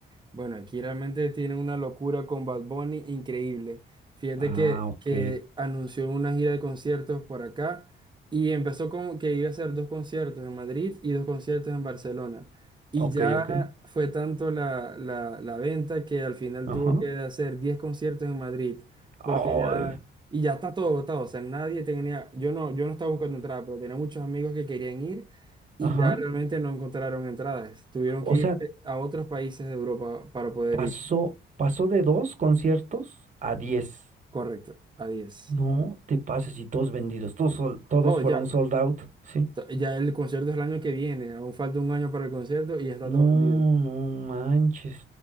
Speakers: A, on the right; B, on the right.
A: Bueno, aquí realmente tiene una locura con Bad Bunny increíble. Fíjate
B: Ah,
A: Mm. que,
B: ok,
A: que anunció una gira de conciertos por acá y empezó con que iba a hacer dos conciertos en Madrid y dos conciertos en Barcelona. Y
B: ok,
A: ya
B: ok,
A: fue tanto la, la, la venta que al final
B: ajá,
A: tuvo que hacer 10 conciertos en Madrid porque
B: ay,
A: ya, y ya está todo agotado. O sea, nadie tenía, yo no, yo no estaba buscando entradas, pero tenía muchos amigos que querían ir y
B: ajá.
A: ya realmente no encontraron entradas. Tuvieron
B: O
A: que
B: sea,
A: ir a otros países de Europa para poder
B: Pasó,
A: ir.
B: pasó de dos conciertos a diez.
A: Correcto, a diez
B: No te pases y todos vendidos, todos, sol- todos
A: No,
B: fueron
A: ya,
B: sold out, sí.
A: to- ya el concierto es el año que viene. Aún falta un año para el concierto y ya está
B: No,
A: todo vendido.
B: no manches.